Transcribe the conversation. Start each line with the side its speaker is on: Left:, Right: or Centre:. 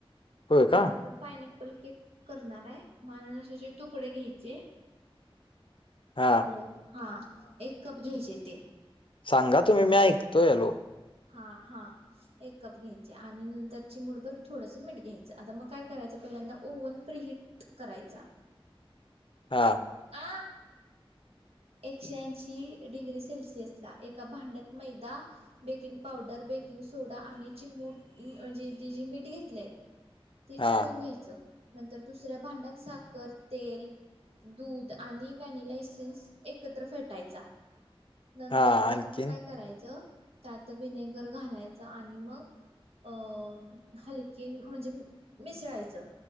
Left: होय का
Right: आता आपण पायन प्पल केक करणार आहे माणूनाचे तुकडे घ्यायचे
Left: हा
Right: हॅलो हा एक कप घ्यायचे ते
Left: सांगा तुम्ही मी ऐकतो यालो
Right: हा हा एक कप घ्यायची आणि नंतर चिमुडभर थोडस मीठ घ्यायचं आता मग काय करायचं पहिल्यांदा ओव्हन प्री हिट करायचा
Left: हा
Right: अ एकशे ऐंशी डिग्री सेल्सिअस ला एका भांड्यात मैदा बेकिंग पावडर बेकिंग सोडा आणि चिमूट म्हणजे मीठ घेतलंय ते चाळून
Left: हा
Right: घ्यायचं नंतर दुसऱ्या भांड्यात साखर तेल दूध आणि व्हॅनिला इसन्स एकत्र फेटायचा नंतर
Left: हा
Right: त्यात
Left: आणखीन
Right: मग काय करायचं त्यात विनेगर घालायचं आणि मग अ हलके म्हणजे मिसळायचं